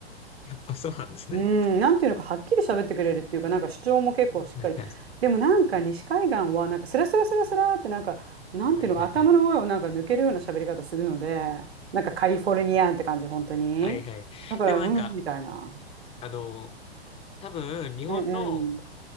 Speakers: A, on the left; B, on the right.
A: やっぱそうなんですね。
B: うん、なんていうのか、はっきり喋ってくれるっていうか、なんか主張も結構しっかり。
A: はいはいはい。
B: でもなんか西海岸は、なんかスラスラスラスラって、なんか、なんていうのか、
A: はいはいはい。
B: 頭の上をなんか抜けるような喋り方するので、なんかカリフォルニアンって感じ、本当に。
A: はいはい。
B: だから、
A: でもなんか、
B: うん、みたいな。
A: あの、多分、日本の、
B: うんうん。